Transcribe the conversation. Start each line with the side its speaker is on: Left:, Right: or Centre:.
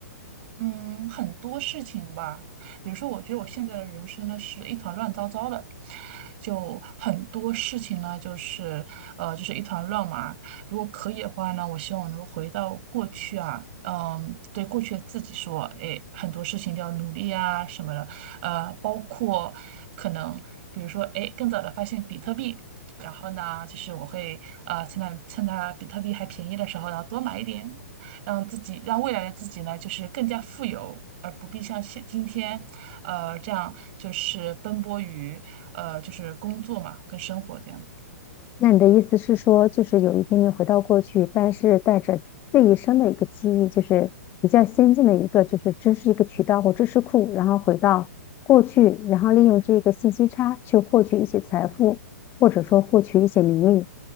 Right: 嗯，很多事情吧，比如说，我觉得我现在的人生呢是一团乱糟糟的，就很多事情呢就是呃就是一团乱麻。如果可以的话呢，我希望我能够回到过去啊，嗯，对过去的自己说，哎，很多事情都要努力啊什么的，呃，包括可能比如说，哎，更早的发现比特币。然后呢，就是我会呃趁它趁它比特币还便宜的时候，然后多买一点，让自己让未来的自己呢，就是更加富有，而不必像现今天，呃，这样就是奔波于呃就是工作嘛跟生活这样。
Left: 那你的意思是说，就是有一天你回到过去，但是带着这一生的一个记忆，就是比较先进的一个，就是知识一个渠道或知识库，然后回到过去，然后利用这个信息差去获取一些财富，或者说获取一些名利，